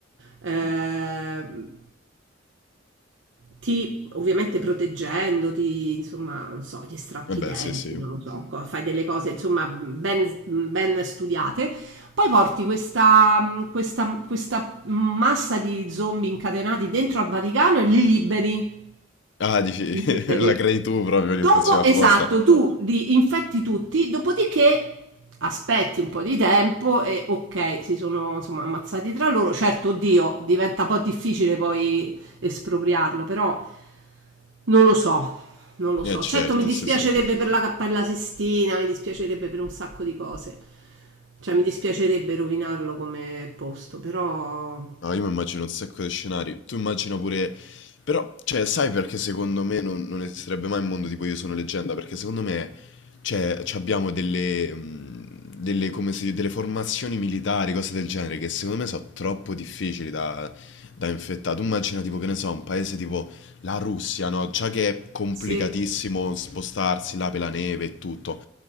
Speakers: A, on the right (about 70°); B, on the left (about 65°).
A: ehm, Ti ovviamente proteggendoti, insomma, non so, gli strappi
B: vabbè,
A: i denti,
B: sì, sì.
A: non lo so, co- fai delle cose, insomma, ben, ben studiate. Poi porti questa, mh, questa- questa massa di zombie incatenati dentro al Vaticano e li liberi.
B: Ah, dici, <laughs>
A: Li liberi.
B: la crei tu proprio l'infezione
A: Dopo,
B: apposta.
A: esatto, tu li infetti tutti, dopodiché aspetti un po' di tempo e ok, si sono insomma ammazzati tra loro. Certo, oddio, diventa un po' difficile poi espropriarlo, però non lo so, non lo
B: Eh
A: so.
B: certo,
A: Certo, mi dispiacerebbe
B: sì sì.
A: per la Cappella Sistina, mi dispiacerebbe per un sacco di cose. Cioè, mi dispiacerebbe rovinarlo come posto, però
B: No, io mi immagino un sacco di scenari. Tu immagina pure... Però, cioè, sai perché secondo me non, non esisterebbe mai un mondo tipo Io sono leggenda? Perché secondo me, cioè, ci abbiamo delle, mm, delle, come si- delle formazioni militari, cose del genere, che secondo me sono troppo difficili da, da infettare. Tu immagina tipo, che ne so, un paese tipo la Russia, no? Già che è complicatissimo
A: sì.
B: spostarsi là per la neve e tutto.